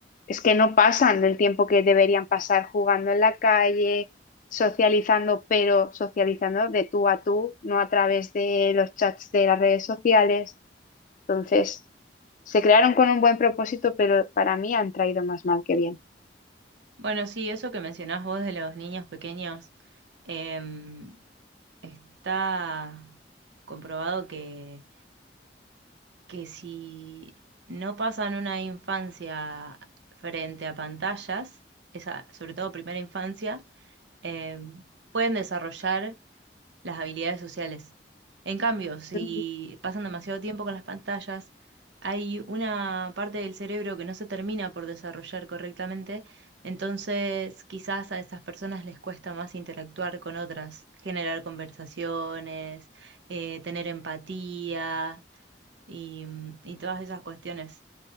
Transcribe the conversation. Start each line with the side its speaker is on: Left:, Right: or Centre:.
Left: es que no pasan el tiempo que deberían pasar jugando en la calle, socializando, pero socializando de tú a tú, no a través de los chats de las redes sociales. Entonces, se crearon con un buen propósito, pero para mí han traído más mal que bien.
Right: Bueno, sí, eso que mencionás vos de los niños pequeños, em, está comprobado que que si no pasan una infancia frente a pantallas, esa, sobre todo primera infancia, eh, pueden desarrollar las habilidades sociales. En cambio, si
Left: Ujú.
Right: pasan demasiado tiempo con las pantallas, hay una parte del cerebro que no se termina por desarrollar correctamente, entonces quizás a esas personas les cuesta más interactuar con otras, generar conversaciones, eh, tener empatía y, mm, y todas esas cuestiones.